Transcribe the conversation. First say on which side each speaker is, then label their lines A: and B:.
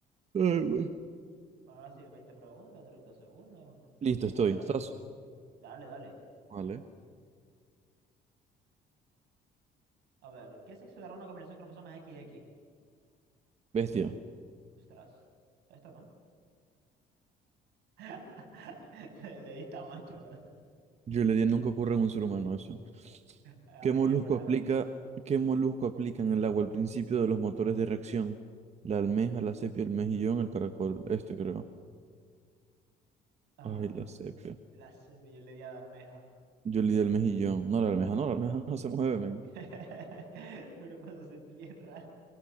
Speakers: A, on the right; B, on the right.
A: Ay, güey.
B: Poner así, 20 preguntas, 30 segundos,
A: Listo,
B: como
A: estoy.
B: vos queráis.
A: ¿Estás?
B: Dale, dale.
A: Vale.
B: A ver, ¿qué sexo dará una combinación de cromosomas XX?
A: Bestia.
B: Ostras, esto no. <laughs> Le, le diste a macho, ¿verdad?
A: Yo le di, nunca ocurre en un ser humano eso.
B: Ay,
A: ¿Qué molusco
B: hembra.
A: aplica, qué molusco aplica en el agua al principio de los motores de reacción? La almeja, la sepia, el mejillón, el caracol. Este creo.
B: Ay,
A: Ay, la sepia.
B: la semilla le di a la almeja.
A: Yo le di el mejillón. No, la almeja, no, la almeja no se mueve, men.
B: <laughs> Pero cuando se entierra,